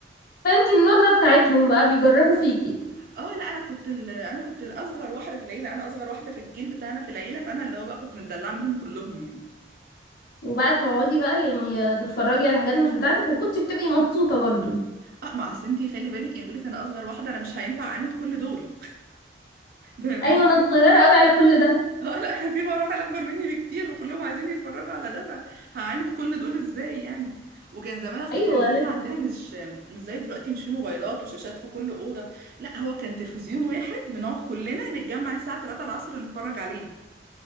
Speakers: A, on the left; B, on the right.
A: فانتي النونة بتاعتهم بقى بيجربوا فيكي
B: <laughs> اه لا انا كنت ال- انا كنت الاصغر واحده في العيله انا اصغر واحده في الجيل بتاعنا في العيله فانا اللي هو بقى كنت متدلعه منهم كلهم يعني
A: وبقى تقعدي بقى يعني تتفرجي على حاجات مش بتاعتك وكنتي بتبقي مبسوطة برضو
B: اه ما اصل انتي خلي بالك يعني بقول لك انا اصغر واحده انا مش هينفع اعاند كل دول <laughs>
A: أيوة أنا صغيرة أوي على كل ده
B: اه لا <laughs> انا في مراحل اكبر مني بكتير وكلهم عايزين يتفرجوا على ده فهعاند كل دول ازاي يعني وكان زمان اصل
A: أيوة
B: كان زمان
A: لازم.
B: عندنا مش مش زي دلوقتي مش في موبايلات وشاشات في كل اوضه لا هو كان تلفزيون واحد بنقعد كلنا نتجمع الساعه 3 العصر نتفرج عليه